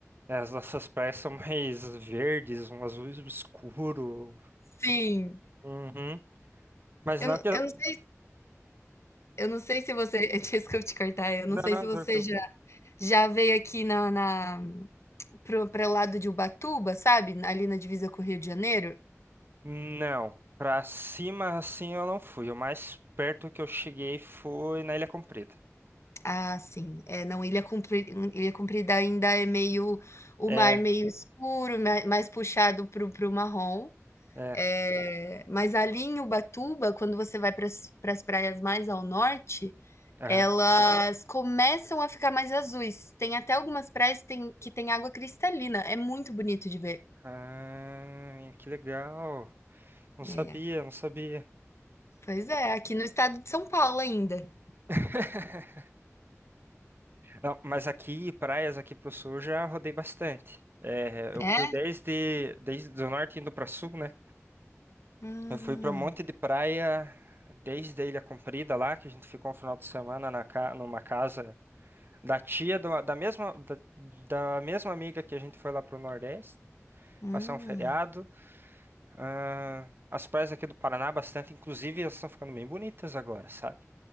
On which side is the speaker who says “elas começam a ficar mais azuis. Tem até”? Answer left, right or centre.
Left